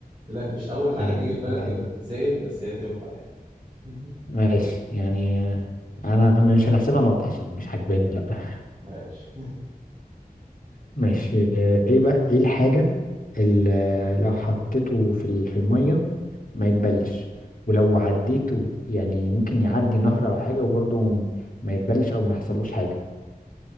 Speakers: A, on the right; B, on the left.
A: قلت لك مش اول حاجه
B: آه،
A: تيجي في بالك
B: آه،
A: اما تتسأل بس هي تنفع يعني <laughs>
B: ماشي يعني آه، أنا مش هنحسبها نقطة عشان مش عاجباني لا
A: ماشي
B: ماشي آه، ايه بقى ايه الحاجة اللي لو حطيته في ال- في المية ما يتبلش ولو عديته يعني ممكن يعدي نهر او حاجة وبرضه ما يتبلش او ما يحصلوش حاجة